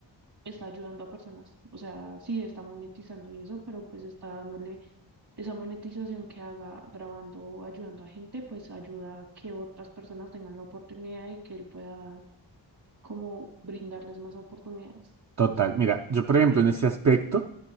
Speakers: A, on the right (about 55°); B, on the right (about 35°).
A: está ayudando a personas. O sea, sí, está monetizando y eso, pero pues está dándole esa monetización que haga grabando o ayudando a gente, pues ayuda a que otras personas tengan la oportunidad y que él pueda como brindarles más oportunidades.
B: Total,
A: No sé.
B: mira, yo por ejemplo
A: pero-
B: en ese aspecto,